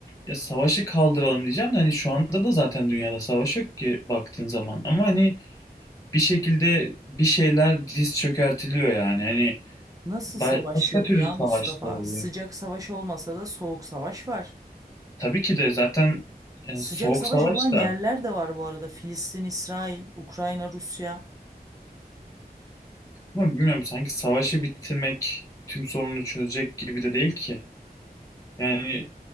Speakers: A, on the left (about 20°); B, on the right (about 20°).
A: ya savaşı kaldıralım diyeceğim de hani şu anda da zaten dünyada savaş yok ki baktığın zaman. Ama hani bir şekilde bir şeyler diz çökertiliyor yani. Hani
B: Nasıl
A: ba-
B: savaş
A: başka
B: yok
A: türlü
B: ya
A: savaşlar
B: Mustafa?
A: oluyor.
B: Sıcak savaş olmasa da soğuk savaş var.
A: Tabii ki de zaten e,
B: Sıcak
A: soğuk
B: savaş
A: savaş
B: olan
A: da
B: yerler de var bu arada. Filistin, İsrail, Ukrayna, Rusya.
A: ama bilmiyorum sanki savaşı bitirmek tüm sorunu çözecek gibi de değil ki. Yani